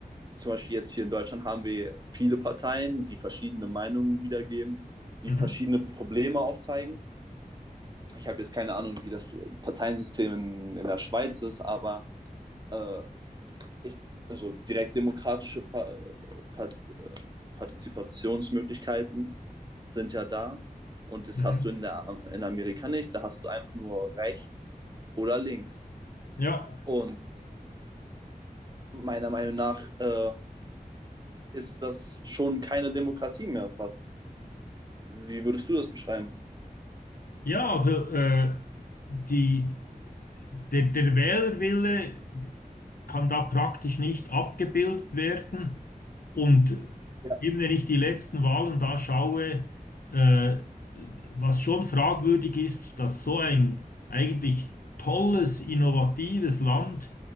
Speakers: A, on the right; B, on the left.
A: zum Beispiel jetzt hier in Deutschland haben wir viele Parteien, die verschiedene Meinungen wiedergeben, die
B: Mhm.
A: verschiedene Probleme aufzeigen. Ich habe jetzt keine Ahnung, wie das Parteiensystem in, in der Schweiz ist, aber äh, ich, also direkt demokratische pa pa Partizipationsmöglichkeiten sind ja da. Und das
B: Mhm.
A: hast du in, der, in Amerika nicht. Da hast du einfach nur rechts oder links.
B: Ja.
A: Und meiner Meinung nach äh, ist das schon keine Demokratie mehr fast. Wie würdest du das beschreiben?
B: Ja, also äh, die. der, der Wählerwille kann da praktisch nicht abgebildet werden. Und
A: Ja,
B: eben wenn ich die letzten Wahlen da schaue, äh, was schon fragwürdig ist, dass so ein eigentlich tolles, innovatives Land